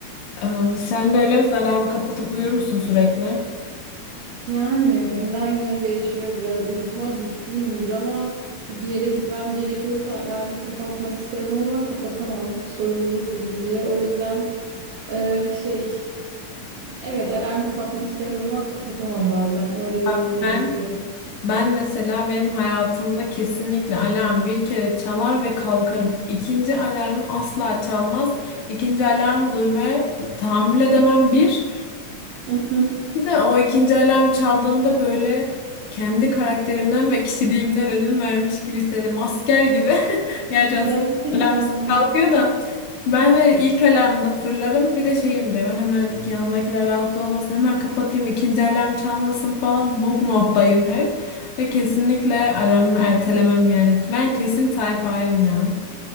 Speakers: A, on the left (about 85°); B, on the right (about 75°).
A: E, sen de öyle misin? Alarmı kapatıp uyur musun sürekli?
B: Yani günden güne değişiyor. Biraz uykuma düşkünümdür ama bir yere gitmem gerekiyorsa alarmı kapatmak isterim ama kapatamam. Sorumluluk bilinci. O yüzden e, şey evet alarmı kapatmak isterim ama kapatamam bazen. Öyle cevap
A: Bak
B: verebilirim.
A: Ben Ben mesela benim hayatımda kesinlikle alarm bir kere çalar ve kalkarım. İkinci alarmı asla çalmaz. İkinci alarmı duymaya tahammül edemem bir.
B: <laughs>
A: Bir de o ikinci alarm çaldığında böyle kendi karakterimden ve kişiliğimden ödün vermiş gibi hissederim. Asker gibi. <laughs> Gerçi asker
B: Gerçekten
A: alarm
B: mi?
A: kalkıyor da. Ben de ilk alarmda fırlarım bir de şeyimdir hemen, hemen yanımdakiler rahatsız olmasın hemen kapatayım ikinci alarm çalmasın falan bug moddayım hep ve kesinlikle alarmı ertelemem yani ben kesin tayfayım ya